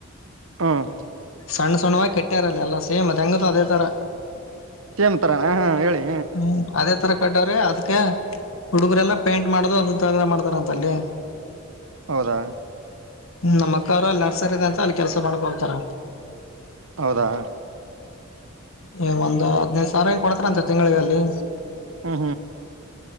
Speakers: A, on the right; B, on the left.
A: ಹ್ಮ್
B: ಸಣ್ಣ ಸಣ್ಣವಾಗಿ ಕಟ್ಟ್ಯಾರಲ್ಲ ಎಲ್ಲ ಸೇಮ್ ಅದ ಹೆಂಗಿದೆ ಅದೇ ತರ
A: ಸೇಮ್ ತರಾನ ಹಾ ಹೇಳಿ
B: ಹ್ಮ್ ಅದೇ ತರ ಕಟ್ಟವ್ರೀ ಅದ್ಕೆ ಹುಡುಗರೆಲ್ಲಾ ಪೇಂಟ್ ಮಾಡದು ಅದ ತಗ ಮಾಡ್ತಾರ ಅಂತಲ್ಲಿ
A: ಹೌದಾ
B: ನಮ್ಮಕ್ಕ ಅವ್ರ ಅಲ್ಲಿ ನರ್ಸರಿ ಇದೆ ಅಂತ ಅಲ್ಲಿ ಕೆಲ್ಸ ಮಾಡ್ಕ ಹೋಗ್ತಾರ.
A: ಹೌದಾ
B: ಹ್ಮ ಒಂದ್ ಹದಿನೈದ ಸಾವಿರ ಹಿಂಗ್ ಕೊಡ್ತಾರಂತ ತಿಂಗಳಿಗ ಅಲ್ಲಿ.
A: ಹ್ಮ್